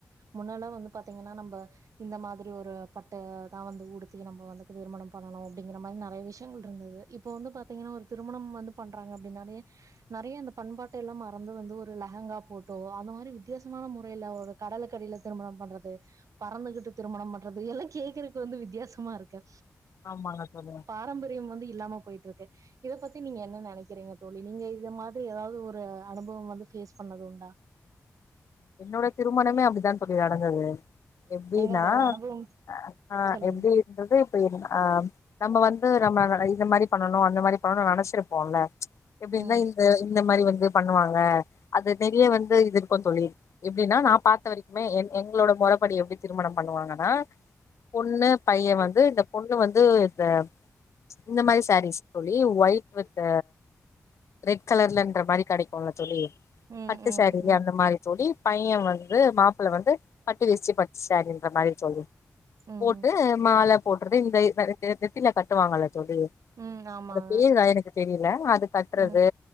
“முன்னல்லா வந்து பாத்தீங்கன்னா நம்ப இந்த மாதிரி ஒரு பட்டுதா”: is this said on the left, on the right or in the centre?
Right